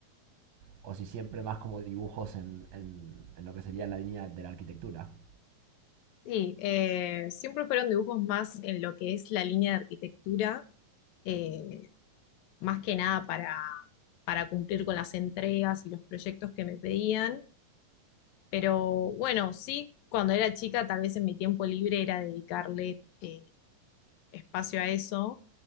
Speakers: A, on the right; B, on the left.
A: o si siempre más como dibujos en, en- en lo que sería la línea de la arquitectura.
B: Sí, eh, siempre fueron dibujos más en lo que es la línea de arquitectura, eh, más que nada para, para cumplir con las entregas y los proyectos que me pedían. Pero bueno, sí, cuando era chica, tal vez en mi tiempo libre era dedicarle eh, espacio a eso.